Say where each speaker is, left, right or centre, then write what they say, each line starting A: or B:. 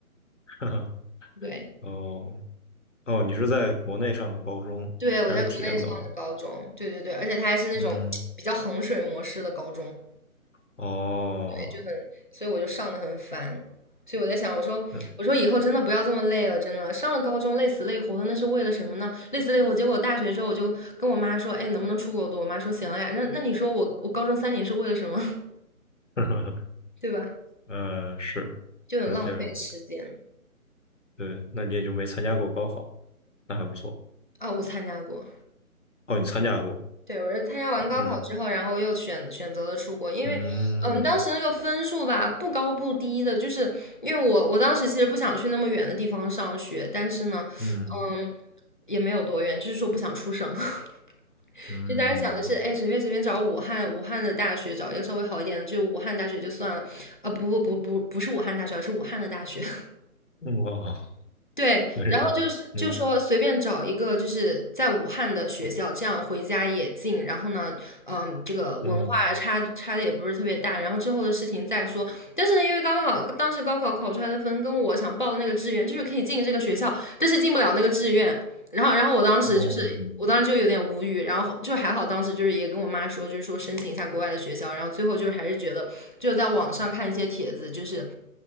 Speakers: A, on the left (about 55°); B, on the left (about 35°).
A: <laughs>
B: 对。
A: 哦哦，你是在国内上的高中，
B: 对，我在国内上的高中，
A: 还是体验到
B: 对对对，而且他还是那种比较衡水模式的高中，
A: 嗯，哦，
B: 就很，所以我就上的很烦，所以我在想，我说我说以后真的不要这么累了，
A: 嗯，
B: 真的上了高中累死累活的，那是为了什么呢？累死累活，结果大学之后我就跟我妈说，哎，能不能出国读？我妈说行了呀，那那你说我我高中三年是为了什么？
A: <laughs>
B: <laughs> 对吧？
A: 呃，是，
B: 就很浪费时间
A: 那既然对，那你也就没参加过高考，那还不错。
B: 啊，我参加过，
A: 哦，你参加过，
B: 对，我是参加完高考之后，
A: 嗯
B: 然后又选选择了出国，因为，
A: 嗯
B: 嗯，当时那个分数吧，不高不低的，就是因为我我当时其实不想去那么远的地方上学，但是呢，
A: 嗯
B: 嗯，也没有多远，就是说不想出省，<laughs>
A: 嗯，
B: 就当时想的是，哎，随便随便找武汉武汉的大学，找一个稍微好一点的，就武汉大学就算了，啊、不不不不不是武汉大学，而是武汉的大学，<laughs>
A: 嗯哇，
B: 对，
A: 真是，
B: 然后就是就说随便找一个就是在武汉的学校，
A: 嗯
B: 这样回家也近。然后呢，嗯，这个文化差差的也不是特别大。
A: 嗯，
B: 然后之后的事情再说。但是呢，因为刚好当时高考考出来的分跟我想报的那个志愿就是可以进这个学校，但是进不了那个志愿。然后，然后我当时就是，
A: 哦，
B: 我当时就有点无语。然后就还好，当时就是也跟我妈说，就是说申请一下国外的学校。然后最后就是还是觉得，就在网上看一些帖子，就是。